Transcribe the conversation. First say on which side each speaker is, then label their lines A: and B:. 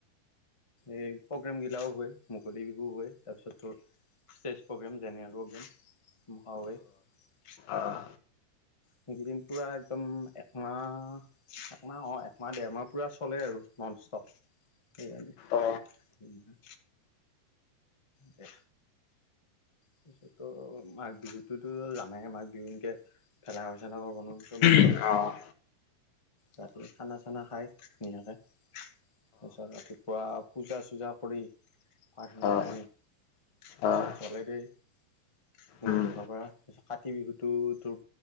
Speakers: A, on the left; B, on the left.
A: এই প্ৰগ্ৰেম গিলাও হয় মুকলি বিহুও হয় তাৰ পিছত ধৰ ষ্টেজ প্ৰগ্ৰেম জেনেৰেল প্ৰগ্ৰেমে <unintelligible>
B: আহ
A: সেইকেইদিন পুৰা একদম একমাহ। একমাহ অ' একমাহ দেৰমাহ পুৰা চলে আৰু। ননষ্টপ কেজানি
B: অ',
A: উম দে তাছতত মাঘ বিহুটোতো জানাই মাঘ বিহু এনকে। ভেলাঘৰ চেলাঘৰ বনোৱা চবে মিলি
B: অ',
A: ৰাতি খানা চানা খাই ধুনীয়াকে তাৰপিছত ৰাতি। পুৱা পূজা চূজা কৰি প্ৰাৰ্থনা
B: অ', অ',
A: জনাই তাৰপিছত
B: অ',
A: জলাই দেই সেইখিনি
B: উম,
A: লিখিব পৰা কাতি বিহুটো তোৰ